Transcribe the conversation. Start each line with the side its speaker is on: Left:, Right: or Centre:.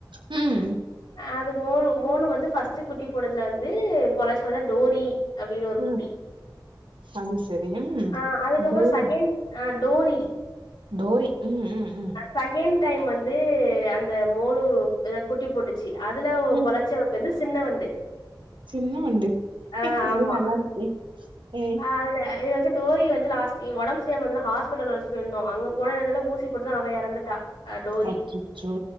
Right: ம்
Left: அது மோலு மோலு வந்து ஃபஸ்ட்டு குட்டி போட்டுதுல வந்து பொலாச்சுல டோரி அப்டின்னு ஒரு குட்டி
Right: ம் அது சரி ம்
Left: ஆ அதுக்கப்புற
Right: டோரி
Left: செகெண்ட் ஆ டோரி
Right: டோரி ம் ம் ம்
Left: செகண்ட் டைம் வந்து அந்த மோலு வேற குட்டி போட்டுச்சு அதுல
Right: ம்
Left: பொழச்ச வந்து சின்ன வண்டு
Right: சின்ன வண்டு
Left: ஆ ஆமா
Right: இது நல்லா இருக்கே ஏ
Left: ஆ அதுல இது வந்து டோரி வந்து லாஸ்ட் ஒடம்பு சரியில்லாமருந்தால ஹாஸ்பிட்டல் அழச்சு போயிருந்தோ அங்க போனதுல ஊசி போட்டுது அவ எறந்துட்டா ஆ டோரி
Right: அச்சச்சோ